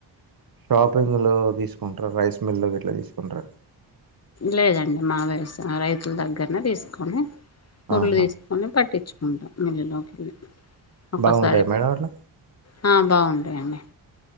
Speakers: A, on the right; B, on the left.
A: షాపింగ్ లో తీసుకుంటారా రైస్ మిల్ గిట్ల తీసుకుంటారా
B: లేదండి మావే వేస్తున్న రైతుల దగ్గరనే తీసుకొని వడ్లు
A: ఆహా
B: తీసుకొని పట్టించుకుంటాం మిల్లు లోకి ఒక్కోసారి
A: బాగుంటాయి మేడం అట్లా
B: హ బాగుంటాయండి